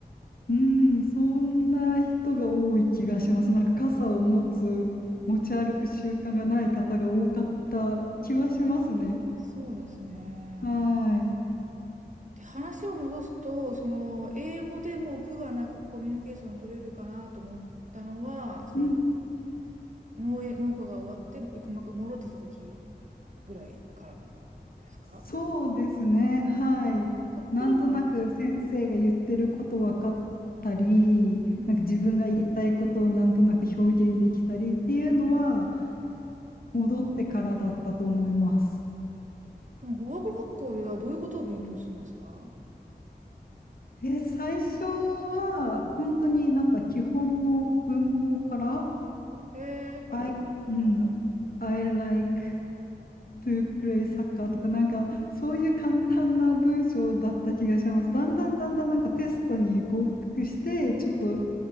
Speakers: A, on the left; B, on the right.
A: うん、そんな人が多い気がします。なんか傘を持つ、持ち歩く習慣がない方が多かった気はしますね。
B: あ、そうですね。
A: はい。
B: で、話を戻すと、その、英語でもう苦がなくコミュニケーション取れるかなと思ったのは、その、
A: うん。
B: 農園、農家が終わって、ま戻ってきた時ぐらいからですか
A: そうですね。はい。
B: そっからも、
A: なんとなく先生が言ってること分かったり、
B: うん。
A: なんか自分が言いたいことをなんとなく表現できたりっていうのは戻ってからだったと思います。
B: その語学学校ではどういうことを勉強するんですか
A: え、最初は本当になんか基本の文法から
B: へえ。
A: I, うん、I like to play soccer とか、なんか、そういう簡単な文章だった気がします。だんだんだんだんなんかテストに合格して、ちょっと、